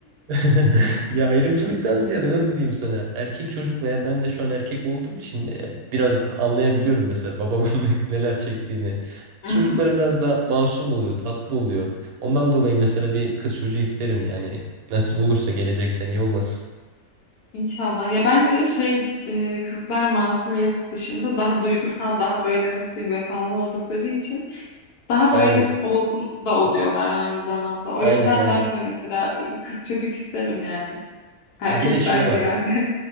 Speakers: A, on the right; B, on the left.
A: <laughs> Ya ayrımcılıktan ziyade nasıl diyeyim sana? Erkek çocukla ya ben de şu an erkek olduğum için e, biraz anlayabiliyorum mesela babamın <laughs> ne- neler çektiğini. Kız
B: <laughs>
A: çocukları biraz daha masum oluyor, tatlı oluyor. Ondan dolayı mesela bir kız çocuğu isterim yani nasip olursa gelecekte niye olmasın?
B: İnşallah. Ya bence şey e, kızlar masumiyet dışında daha duygusal, daha böyle nasıl diyeyim vefalı oldukları için daha
A: Aynen,
B: böyle olgun da oluyorlar aynı zamanda. O
A: aynen,
B: yüzden
A: aynen.
B: ben de mesela e, kız çocuk isterim yani. Erkekten
A: Ha bir de şey
B: ziyade
A: var.